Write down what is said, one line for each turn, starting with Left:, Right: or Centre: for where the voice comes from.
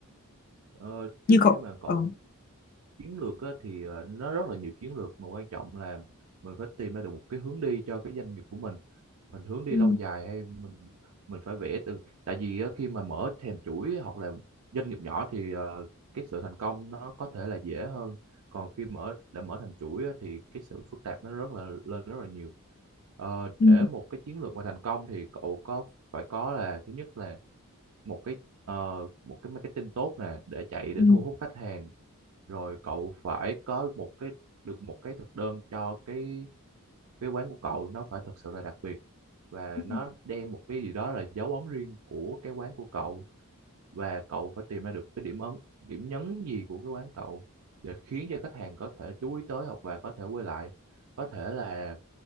Right: Ờ,
Left: như
Right: trước
Left: cậu
Right: khi mà cậu
Left: ờ
Right: chiến lược á, thì ờ, nó rất là nhiều chiến lược mà quan trọng là mình phải tìm ra được một cái hướng đi cho cái doanh nghiệp của mình mình hướng đi
Left: ừ
Right: lâu dài hay mình mình phải vẽ từ tại vì á, khi mà mở thèm chuỗi hoặc là doanh nghiệp nhỏ thì ờ, cái sự thành công nó có thể là dễ hơn còn khi mở đã mở thành chuỗi á, thì cái sự phức tạp nó rất là lên rất là nhiều Ờ,
Left: ừ
Right: để một cái chiến lược mà thành công thì cậu có phải có là thứ nhất là một cái ờ, một cái marketing tốt nè để chạy để
Left: ừ
Right: thu hút khách hàng rồi cậu phải có một cái được một cái thực đơn cho cái cái quán của cậu nó phải thật sự là đặc biệt và
Left: ừ
Right: nó đem một cái gì đó là dấu ấn riêng của cái quán của cậu và cậu phải tìm ra được cái điểm ấn điểm nhấn gì của cái quán cậu để khiến cho khách hàng có thể chú ý tới hoặc và có thể quay lại có thể là